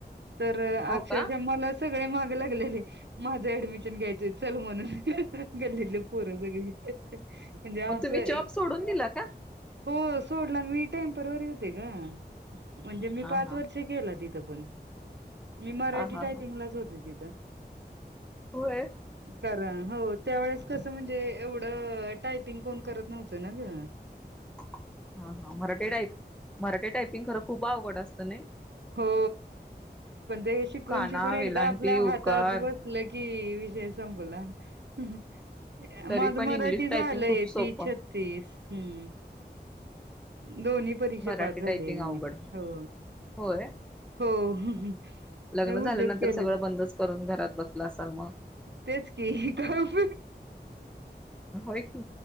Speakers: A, on the right (about 85°); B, in the centre.
A: तर अक्षरशः
B: हो का
A: मला सगळे माग लागलेले माझं ऍडमिशन घ्यायचंय चल म्हणून गल्लीले पोर सगळी म्हणजे असं
B: मग तुम्ही जॉब सोडून दिला का
A: हो सोडला मी टेम्परवरी होते का म्हणजे मी
B: हा
A: पाच
B: हा
A: वर्ष केला तिथं पण मी मराठी
B: हा हा
A: टायपिंगलाच
B: हा
A: होते तिथं
B: होय.
A: कारण हो त्यावेेळेस कसं म्हणजे एवढ. टायपिंग कोण करत नव्हतं ना ग
B: हा हा मराठी टायप मराठी टायपिंग खर खूप अवघड असतं ना.
A: हो पण ते शिकून
B: काना
A: शिकून एकदा
B: वेलांटी
A: आपल्या
B: उकार
A: हातातत बाळ. <unintelligible>
B: तरी
A: माझ
B: पण
A: मराठी
B: इंग्लिश
A: झालंय
B: टायपिंग खूप सोपं
A: तीस छत्तीस हम्म. दोन्ही परीक्षा
B: मराठी
A: पास झाली
B: टायपिंग
A: म
B: अवघड
A: हो
B: होय.
A: हो नाही
B: लग्न झाल्यानंतर
A: उद्योग केले
B: सगळं बंदच करून घरात बसलं असाल मग.
A: तेच की काप.
B: होय की